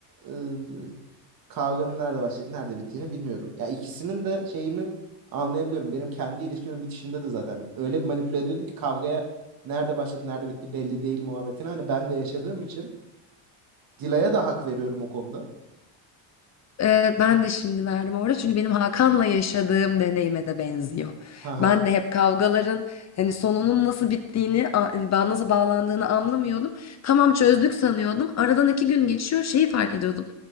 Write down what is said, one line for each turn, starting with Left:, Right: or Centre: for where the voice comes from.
Right: ıı, kavganın nerede başlayıp nerede bittiğini bilmiyordum. Ya ikisinin de şeyini anlayabiliyorum. Benim kendi ilişkimin bitişinde de zaten öyle bir manipüle ediyordum ki kavgaya nerede başladı nerede bitti belli değil muhabbetini. Hani ben de yaşadığım için Dila'ya da hak veriyorum o konuda.
Left: Evet, ben de şimdi verdim orada çünkü benim Hakan'la yaşadığım deneyime de benziyor.
Right: Haha
Left: Ben de hep kavgaların hani sonunun nasıl bittiğini, a- hani ba- nasıl bağlandığını anlamıyordum. Tamam çözdük sanıyordum. Aradan iki gün geçiyor, şeyi fark ediyordum.